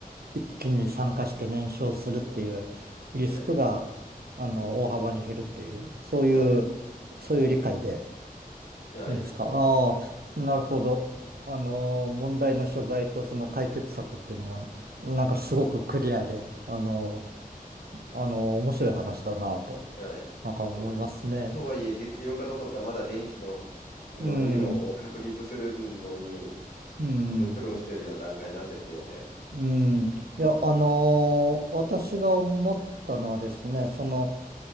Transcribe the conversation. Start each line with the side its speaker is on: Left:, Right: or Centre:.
Right: 一気に酸化して燃焼するっていうリスクが、
Left: はい、
Right: あの、大幅に減るっていう、そういう、
Left: はい、
Right: そういう理解で
Left: はい、
Right: いいですか。ああ、なるほど。あのー、問題の所在とその解決策っていうのが、なんかすごくクリアで、あのー、あのー、面白い話だなと、
Left: はい。
Right: なんか思いますね。
Left: と、とはいえ、実用化どころか、まだ電池の、の理論を確立するのに、
Right: うん、うん、
Left: で、苦労してるような段階なんですよね。
Right: うん。いや、あのー、私が思ったのはですね、その、